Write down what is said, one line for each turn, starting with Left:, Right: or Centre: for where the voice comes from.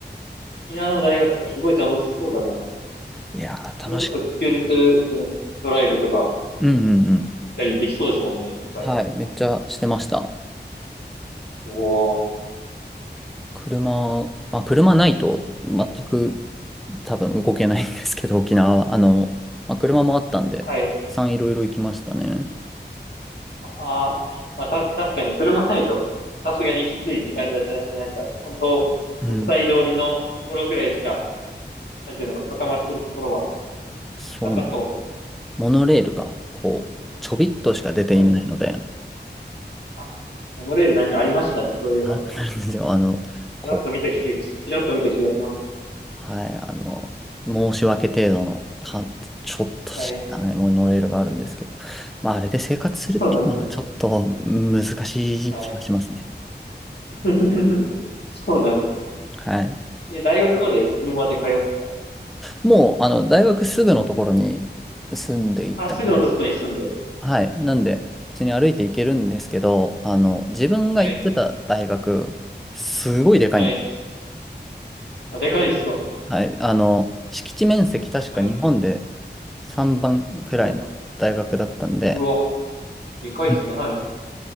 Left: 沖縄の大学ってすごい楽しそうだな。
Centre: いやー、
Left: それこそ休日、
Centre: 楽しく。
Left: ね、ドライブとか
Centre: うんうんうん。
Left: い行ったりできそうですもんね、いっぱい。
Centre: はい、めっちゃしてました。
Left: おお。
Centre: 車、
Left: なんかいい
Centre: まあ、車ないと全く
Left: は
Centre: 多分動けないんですけど、沖縄は。あの、まあ、車もあったんで、たくさんいろいろ行きましたね。
Left: い。はい。ああー、まあ、さ、確かにそれもないと、さすがにきついって感じはしましたね。なんか、本当国際通りのところくらいしか、
Centre: うん、
Left: なんていうんだろう、固まってるところは
Centre: そう。
Left: なさそうな。
Centre: モノレールが、こう、ちょびっとしか出ていないので、
Left: はい、そう。あ、モノレールなんかありましたね、そういえば。
Centre: あ、なんですよ、<laughs> あの、こう、
Left: ちらっと見た気が、ちらっと見た気がします。
Centre: はい、あの、申し訳程度の、か、ちょっとしかないモノレールがあるんですけど、
Left: はい。
Centre: まあ、あれで生活するっていうのはちょっと難しい気がしますね。
Left: <laughs> そうなんですね。はい。<laughs> そうなんですね。
Centre: はい。
Left: え、大学まで車で通ってた。
Centre: もう、あの、大学すぐのところに住んでいた。
Left: うんあ、すぐのとこに住んで。
Centre: はい。なんで、普通に歩いて行けるんですけど、あの、自分が行ってた大学、
Left: はい。
Centre: すごいでかいんです。
Left: はい。あ、でかいんですか
Centre: はい。あの、敷地面積確か日本で
Left: はい。
Centre: 3番くらいの大学だったんで、
Left: はい。うわ、でかいっすね。
Centre: <laughs>
Left: はい。